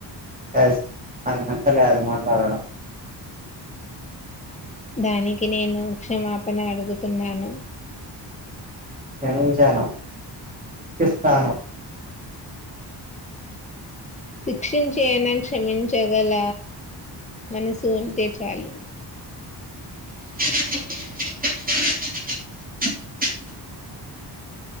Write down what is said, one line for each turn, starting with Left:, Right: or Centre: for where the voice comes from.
Right: ఎస్ నాకు నచ్చలే అది మట్లాడడం
Left: దానికి నేను క్షమాపణ అడుగుతున్నాను
Right: క్షమించాను శిక్షిస్తాను
Left: శిక్షించ అయనా క్షమించగల మనసు ఉంటే చాలు
Right: <inaudible> <inaudible>